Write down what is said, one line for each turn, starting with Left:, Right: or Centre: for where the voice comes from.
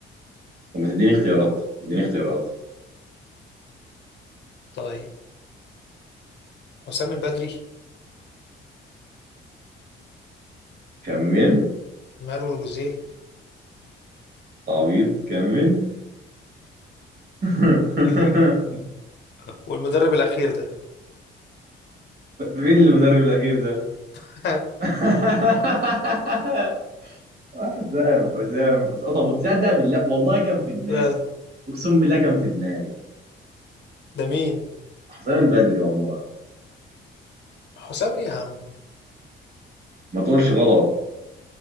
Right: طب ما تديني اختيارات اديني اختيارات
Left: طيب حسام البدري
Right: كمل
Left: مانويل جوزيه
Right: عبيط كمل <laughs>
Left: <laughs> والمدرب الاخير ده
Right: مين المدرب الاخير ده
Left: <laughs>
Right: <laughs> حسام حسام اه طب وتصدق بالله والله كان في دماغي
Left: ده
Right: اقسم بالله كان في دماغي
Left: ده مين
Right: حسام البدري والله
Left: حسام ايه يا عم
Right: ما تقولش غلط